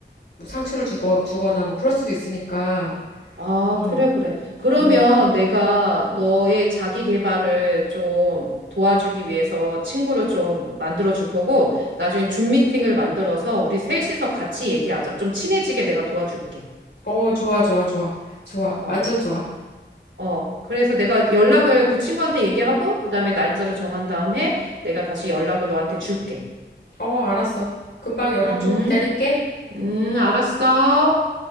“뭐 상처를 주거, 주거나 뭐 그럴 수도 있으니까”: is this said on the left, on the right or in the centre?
Left